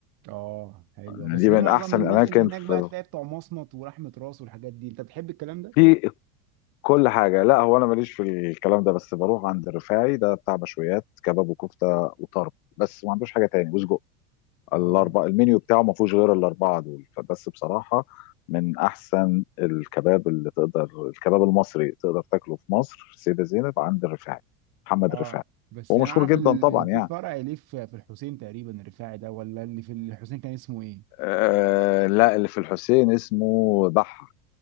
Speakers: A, on the right (about 50°); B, on the left (about 65°).
A: اه حلوة
B: يعني
A: بس
B: دي
A: دي
B: من
A: معظم
B: احسن
A: الناس
B: الاماكن
A: اللي هناك
B: في
A: بقى تلاقي بتوع مصمت ورحمة راس والحاجات دي انت بتحب الكلام ده؟
B: في كل حاجة لا هو أنا ماليش في الكلام ده بس بروح عند الرفاعي ده بتاع مشويات كباب وكفتة وطرب بس ما عندوش حاجة تاني وسجق الأربعة
A: اه
B: المنيو بتاعه ما فيهوش غير الأربعة دول فبس بصراحة من أحسن الكباب اللي تقدر الكباب المصري تقدر تاكله في مصر في السيدة زينب عند الرفاعي محمد
A: اه
B: الرفاعي
A: بس
B: هو
A: يعني
B: مشهور
A: انا عارف ال-
B: جدا طبعا
A: ال-
B: يعني
A: في فرع ليه في في الحسين تقريبا الرفاعي ده ولا اللي في الحسين كان اسمه ايه
B: آه لا اللي في الحسين اسمه بحة